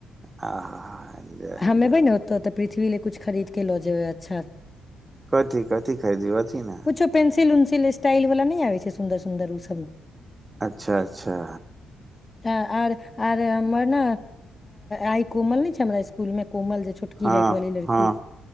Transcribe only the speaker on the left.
हमे
भै ने होतौ तऽ पृथ्वी ल कछ खरीद के लऽ जेयबै अच्छा
कुछो पेंसिल स्टाइल वाला नहि आबै छै सुन्दर सुन्दर ओ सब
तऽ आर आर हमर ने आइ कोमल ने छै हमरा स्कूल मे कोमल जे छोटकी
हाइट वाली लड़की